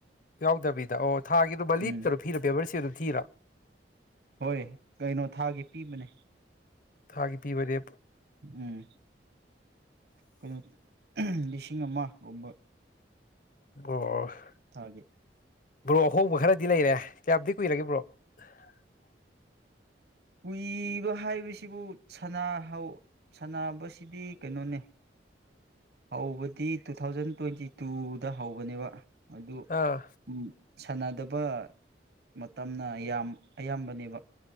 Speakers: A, on the left; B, on the right.
A: ꯌꯥꯎꯗꯕꯤꯗ ꯑꯣ ꯊꯥꯒꯤꯗꯨꯕ
B: ꯎꯝ
A: ꯂꯤꯞꯇꯔꯣ ꯊꯤꯔ ꯄꯦꯕꯔꯁꯤ ꯑꯗꯨꯝ ꯊꯤꯔ
B: ꯍꯣꯏ ꯀꯩꯅꯣ ꯊꯥꯒꯤ ꯄꯤꯕꯅꯦ
A: ꯊꯥꯒꯤ ꯄꯤꯕꯗꯦ
B: ꯎꯝ ꯀꯩꯅꯣ ꯂꯤꯁꯤꯡ ꯑꯃꯒꯨꯝꯕ
A: <unintelligible>
B: ꯊꯦ
A: ꯭ꯔꯣ ꯍꯣꯕ ꯈꯔ ꯗꯤ ꯂꯩꯔꯦ ꯀꯌꯥꯗꯤ ꯀꯨꯏꯔꯒꯦꯕ꯭ꯔꯣ <unintelligible>
B: ꯀꯨꯏꯕ ꯍꯥꯏꯕꯁꯤꯕꯨ ꯁꯍ ꯁꯕꯁꯤꯗꯤ ꯀꯩꯅꯣꯅꯦ ꯍꯧꯕꯗꯤ ꯇꯨ ꯊꯥꯎꯖꯟ ꯇ꯭ꯋꯦꯟꯇꯤ ꯇꯨꯗ ꯍꯧꯕꯅꯦꯕ ꯑꯗꯨ
A: ꯑꯥ
B: ꯎꯝ ꯁꯥꯟꯅꯗꯕ ꯃꯇꯝꯅ ꯌꯥꯝ ꯑꯌꯥꯝꯕꯅꯦꯕ